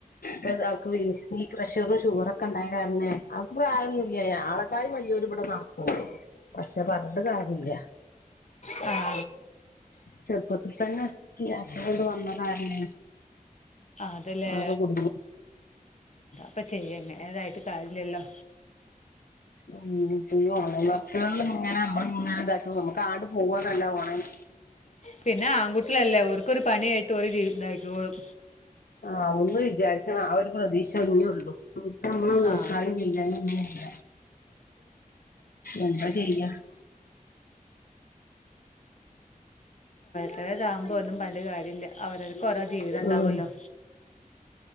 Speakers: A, on the left; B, on the left.
A: യ് നീ പ്രഷറും ഷുഗറൊക്കെ ഉണ്ടായകാരണേ അവക്ക് പ്രായൊന്നുന്നില്ല്യാ ആളെക്കായ വല്യൂര് ഇവിടെ നർക്കും പക്ഷെ പറഞ്ഞിട്ടും കാര്യയില്ല
B: ആ
A: ചെറുപ്പത്തി തന്നെ തു വന്നതാണേ
B: അതല്ലേ
A: അതുകുടുങ്ങി
B: അപ്പൊ ചെയ്യേന്നെ ഇതായിട്ട് കാര്യല്ലല്ലോ
A: ഉം ഈ ഓൺലേൻവർഷം ഇങ്ങനെ നമ്മള് ഇങ്ങനെ ഇതായിറ്റു പോവുമ്പം നമ്മള് കാണും പോവ്വാന്നല്ല ഒണങ്ങി
B: പിന്നെ ആൺകുട്ടിയല്ലേ ഓര്ക്കൊരു പണിയായിട്ട് ഓര് ജീവിതാക്കോളും
A: ആ ഒന്ന് വിചാരിക്കണം ആ ഒരു പ്രതീക്ഷ ഒന്നേ ഉള്ളൂ നമ്മള് നോക്കാനും
B: ആ
A: ചെയാനും ഒന്നുല്ല എന്താ ചെയ്യാ
B: പഴേതാവുമ്പോ ഒന്നും പറഞ്ഞിട്ട് കാര്യല്ല അവര് ഓരോ ജീവതം ഇണ്ടാവല്ലോ
A: ഉം